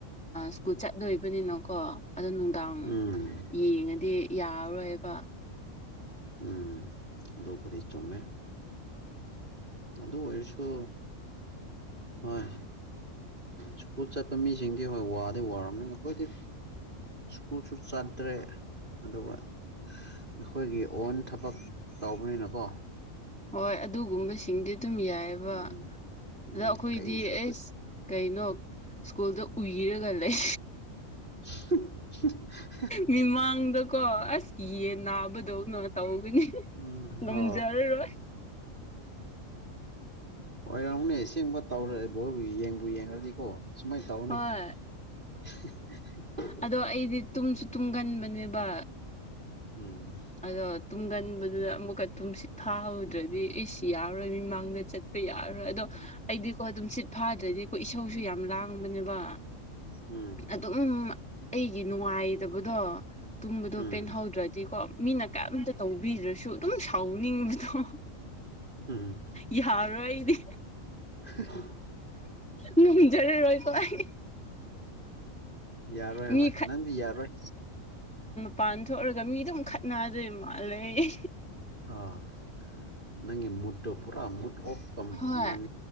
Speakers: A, in the centre; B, on the right.
A: ꯁ꯭ꯀꯨꯜ ꯆꯠꯇꯣꯏꯕꯅꯤꯅꯀꯣ ꯑꯗꯣ ꯅꯨꯡꯗꯥꯡ
B: ꯎꯝ
A: ꯌꯦꯡꯉꯗꯤ ꯌꯥꯔꯣꯏꯕ
B: ꯎꯝ ꯑꯗꯨꯕꯨꯗꯤ ꯆꯨꯝꯃꯦ ꯑꯗꯨ ꯑꯣꯏꯔꯁꯨ ꯍꯣꯏ ꯁ꯭ꯀꯨꯜ ꯆꯠꯄ ꯃꯤꯁꯤꯡꯗꯤ ꯍꯣꯏ ꯋꯥꯗꯤ ꯋꯥꯔꯝꯅꯤ ꯑꯩꯈꯣꯏꯗꯤ ꯁ꯭ꯀꯨꯜꯁꯨ ꯆꯠꯇ꯭ꯔꯦ ꯑꯗꯨꯒ ꯑꯩꯈꯣꯏꯒꯤ ꯑꯣꯟ ꯊꯕꯛ ꯇꯧꯕꯅꯤꯅꯀꯣ
A: ꯍꯣꯏ ꯑꯗꯨꯒꯨꯝꯕꯁꯤꯡꯗꯤ ꯑꯗꯨꯝ ꯌꯥꯏꯌꯦꯕ
B: ꯎꯝ
A: ꯑꯗꯨ
B: ꯎꯝ
A: ꯑꯩꯈꯣꯏꯗꯤ
B: ꯀꯩꯁꯨ
A: ꯏꯁ ꯀꯩꯅꯣ ꯁ꯭ꯀꯨꯜꯗ ꯑꯨꯏꯔꯒ ꯂꯩ
B: <unintelligible>
A: ꯃꯤꯃꯥꯡꯗꯀꯣ ꯑꯁ ꯌꯦꯟ ꯅꯥꯕꯗꯧꯅ ꯇꯧꯒꯅꯤ
B: ꯑꯨꯝ
A: ꯉꯝꯖꯔꯔꯣꯏ
B: ꯍꯣ ꯑꯣꯏꯔꯝꯒꯅꯤ ꯑꯁꯦꯡꯕꯥ ꯇꯧꯔꯦ ꯕꯣꯜ ꯌꯦꯡꯕꯨ ꯌꯦꯡꯉꯨꯔꯗꯤꯀꯣ ꯁꯨꯃꯥꯏꯅ ꯇꯧꯅꯤ
A: ꯍꯣꯏ
B: <unintelligible>
A: ꯑꯗꯣ ꯑꯩꯗꯤ ꯇꯨꯝꯁꯨ ꯇꯨꯝꯒꯟꯕꯅꯦꯕ
B: ꯑꯨꯝ
A: ꯑꯗꯣ ꯇꯨꯝꯒꯟꯕꯗꯨꯗ ꯑꯃꯨꯛꯀ ꯇꯨꯝꯁꯤꯠ ꯐꯥꯍꯧꯗ꯭ꯔꯗꯤ ꯏꯁ ꯌꯥꯔꯣꯏ ꯃꯤꯃꯥꯡꯗ ꯆꯠꯄ ꯌꯥꯔꯔꯣꯏ ꯑꯗꯣ ꯑꯩꯗꯤꯀꯣ ꯇꯨꯝꯁꯤꯠ ꯐꯥꯗ꯭ꯔꯗꯤꯀꯣ ꯏꯁꯧꯁꯨ ꯌꯥꯝ ꯂꯥꯡ ꯕꯅꯦꯕ
B: ꯎꯝ
A: ꯑꯗꯨꯝ ꯑꯩꯒꯤ ꯅꯨꯡꯉꯥꯏꯇꯕꯗꯣ ꯇꯨꯝꯕꯗꯣ
B: ꯎꯝ
A: ꯄꯦꯟꯍꯧꯗ꯭ꯔꯗꯤꯀꯣ ꯃꯤꯅ ꯀꯩꯑꯝꯇꯥ ꯇꯧꯕꯤꯗ꯭ꯔꯁꯨ ꯑꯗꯨꯝ ꯁꯥꯎꯅꯤꯡꯕꯗꯣ
B: ꯎꯝ
A: ꯌꯥꯔꯣꯏ ꯑꯩꯗꯤ
B: <unintelligible>
A: ꯉꯝꯖꯔꯔꯣꯏ ꯀꯣ ꯑꯩ
B: ꯌꯥꯔꯣꯏ
A: ꯃꯤ
B: ꯍꯣꯏ ꯅꯪꯗꯤ ꯌꯥꯔꯣꯏ
A: ꯄꯥꯟ ꯊꯣꯛꯑꯨꯔꯒꯥ ꯃꯤꯗꯨꯝ ꯈꯠꯅꯗꯣꯏ ꯃꯥꯜꯂꯦꯍꯦ
B: ꯑꯣ ꯅꯪꯒꯤ ꯃꯨꯠꯇꯣ ꯄꯨꯔꯥ ꯃꯨꯠ ꯑꯣꯞ
A: ꯍꯣꯏ
B: ꯃꯥꯟ